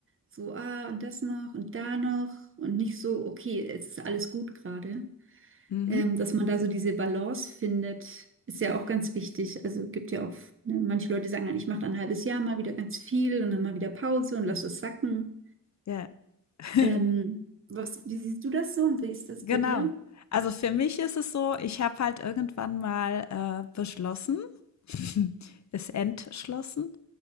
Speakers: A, on the right; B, on the left.
A: So, ah, und das noch und da noch. Und nicht so, okay, es ist alles gut gerade.
B: Mhm.
A: ähm, dass man da so diese Balance findet, ist ja auch ganz wichtig. Also gibt ja auch, ne, manche Leute sagen dann, ich mache dann ein halbes Jahr mal wieder ganz viel und dann mal wieder Pause und lass es sacken.
B: Ja. <laughs>
A: Ähm, was, wie siehst du das so und wie ist das
B: Genau.
A: bei dir?
B: Also für mich ist es so, ich habe halt irgendwann mal äh, beschlossen, <laughs> es entschlossen,